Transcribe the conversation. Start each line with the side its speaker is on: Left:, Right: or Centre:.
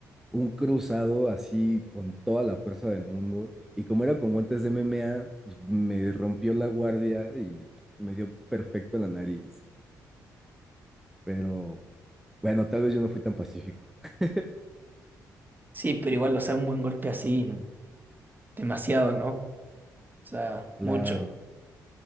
Centre: un cruzado así con toda la fuerza del mundo. Y como era con guantes de MMA, pues, me rompió la guardia y me dio perfecto en la nariz. Pero bueno, tal vez yo no fui tan pacífico. <laughs>
Right: Sí, pero igual, o sea, un buen golpe así, demasiado, ¿no? O sea,
Centre: Claro.
Right: mucho.